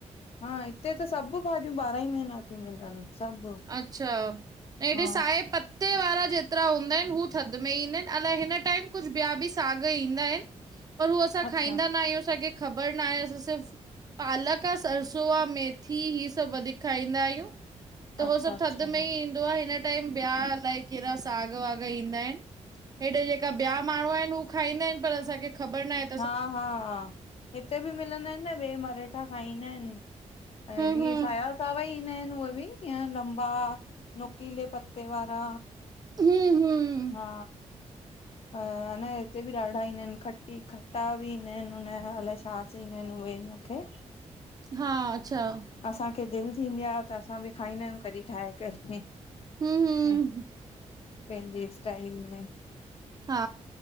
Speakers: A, on the left; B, on the right.
A: हा हिते त सभु भाॼियूं ॿारहां ई महीना थियूं मिलनि। सभु।
B: अच्छा हेॾी
A: हा
B: साहे पत् ते वारा जेतिरा हूंदा आहिन हू थधि में ईंदा आहिन, अलाए हिन टाइम कुझु ॿिया बि साॻ ईंदा आहिन। पर हू असां
A: अच्छा
B: खाईंदा न आहियूं, असांखे खबर न आहे, असां सिर्फ पालक, सरसो आ मेथी हीअ सभु वधीक खाईंदा आहियूं। त
A: अच्छा
B: हो सभु
A: अच्छा
B: थधि में ई ईंदो आ, हिन टाइम ॿिया अलाए केड़ा साॻ वाॻ ईंदा आहिन। हेॾे जेका ॿिया माण्हू आहिनि हू खाईंदा आहिनि पर असांखे खबर न आए
A: हा हा हिते बि मिलंदा आहिनि न ॿिए मरेठा खाईंदा आहिन। ऐं
B: हूं हूं
A: ईअं साया सावा ई ईंदा आहिन उहे बि ईअं लंबा नुकीले पत्ते वारा,
B: हूं हूं
A: हा। ह अ न हिते बि ॾाढा इन्दा आहिन, खट टी खट्टा बि ईंदा आहिन हुनय अलाए छा चईंदा आहिन उए ईन खे
B: हा अच्छा!
A: असांखे दिल थींदी आ त असां बि खाईंदा आहियूं कॾहिं ठाहे करे।
B: हूं हूं
A: ह पंहिंजे स्टाइल में।
B: हा।